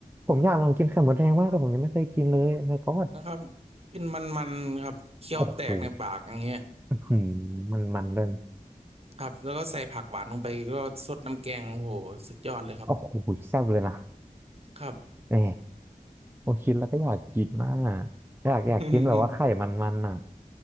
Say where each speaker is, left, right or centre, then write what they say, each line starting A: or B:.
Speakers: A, on the right; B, on the right.
A: ผมอยากลองกินไข่มดแดงมากแต่ผมยังไม่เคยกินเลยแล้วก็
B: นะครับเป็นมันๆครับเคี้ยวแตกในปากอย่างเงี้ย
A: โอ้โหหืมมันมันเลย
B: ครับแล้วก็ใส่ผักหวานลงไปก็สดน้ำแกงโอ้โหสุดยอดเลยครับ
A: โอ้โหแซ่บเลยนะ
B: ครับ
A: แหมผมคิดแล้วก็อยากกินมากอะอยากอยากกินแบบว่าไข่มันมันอ่ะ
B: <laughs>